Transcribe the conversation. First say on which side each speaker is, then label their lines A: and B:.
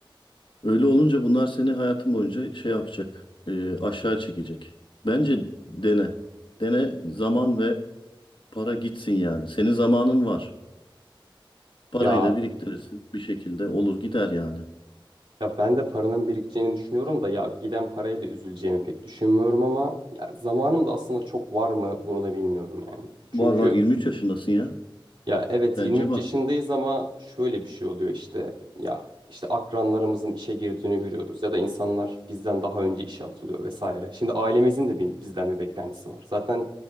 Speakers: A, on the left; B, on the right.
A: Öyle olunca bunlar seni hayatın boyunca şey yapacak, e, aşağı çekecek. Bence dene. Dene zaman ve para gitsin yani. Senin zamanın var. Parayı
B: Ya
A: da biriktirirsin. Bir şekilde olur gider yani.
B: Ya ben de paranın birikeceğini düşünüyorum da ya giden paraya da üzüleceğimi pek düşünmüyorum ama ya zamanım da aslında çok var mı bunu da bilmiyorum yani. Çünkü
A: Var var 23 yaşındasın ya.
B: ya evet
A: Bence
B: 23
A: var.
B: yaşındayız ama şöyle bir şey oluyor işte ya işte akranlarımızın işe girdiğini görüyoruz ya da insanlar bizden daha önce işe atılıyor vesaire. Şimdi ailemizin de bi- bizden bir beklentisi var. Zaten